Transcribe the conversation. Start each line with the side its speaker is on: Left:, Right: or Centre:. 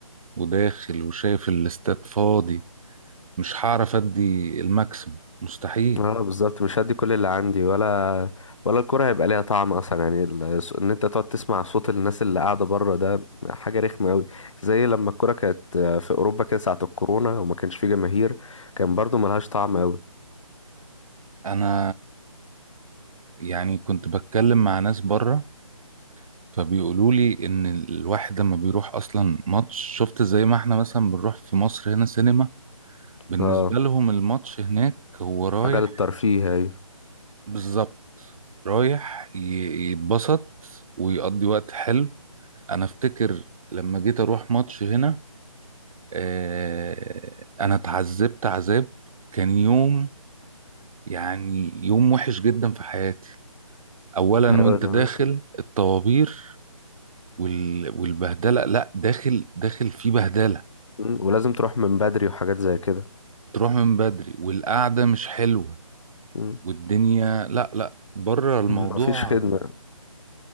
Right: وداخل وشايف الاستاد فاضي مش هعرف ادي الماكسيموم مستحيل
Left: اه بالظبط مش هدي كل اللي عندي ولا ولا الكرة هيبقى ليها طعم اصلا يعني ال- ان انت تقعد تسمع صوت الناس اللي قاعدة بره ده حاجة رخمة قوي زي لما الكرة كانت في اوروبا كده ساعة الكورونا وما كانش في جماهير كان برضو ملهاش طعم قوي
Right: انا يعني كنت بتكلم مع ناس بره فبيقولوا لي ان الواحد لما بيروح اصلا ماتش شفت زي ما احنا مثلا بنروح في مصر هنا سينما بالنسبة
Left: اه
Right: لهم الماتش هناك هو رايح
Left: حاجة للترفيه هي
Right: بالظبط رايح ي- يتبسط ويقضي وقت حلو انا افتكر لما جيت اروح ماتش هنا آه، انا اتعذبت عذاب كان يوم يعني يوم وحش جدا في حياتي اولا
Left: ايوه
Right: وانت
Left: تمام
Right: داخل الطوابير وال- والبهدله لا داخل داخل في بهدله
Left: مم. ولازم تروح من بدري وحاجات زي كده
Right: تروح من بدري والقعده مش حلوه
Left: مم.
Right: والدنيا لا لا بره الموضوع
Left: مم. مفيش خدمة